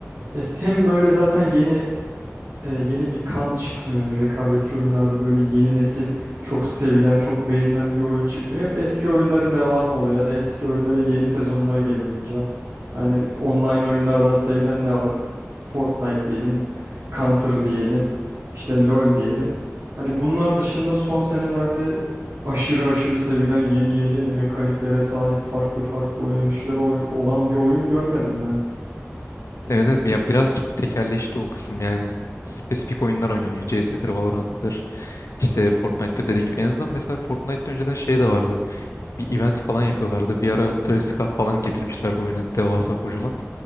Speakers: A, on the right; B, on the left.
A: E, hem böyle zaten yeni e, yeni bir kan çıkmıyor. Yani rekabetçi oyunlarda böyle yeni nesil çok sevilen, çok beğenilen bir oyun çıkmıyor. Hep eski oyunların devamı oluyor ya da eski oyunların yeni sezonları geliyor anca. Yani online oyunlardan sevilen ne var? Fortnite diyelim, Counter diyelim, işte LoL diyelim. Hani bunlar dışında son senelerde aşırı aşırı sevilen yeni yeni mekaniklere sahip farklı farklı oynanışları oy- olan bir oyun görmedim ben.
B: Evet evet ya birazcık tekelleşti o kısım yani. Spesifik oyunlar oynanıyor. CS'dir, Valorant'tır, işte Fortnite'tır dediğin gibi. En azından mesela Fortnite'da önceden şey de vardı. Bir event falan yapıyorlardı. Bir ara Travis Scott falan getirmişlerdi oyuna devasa kocaman.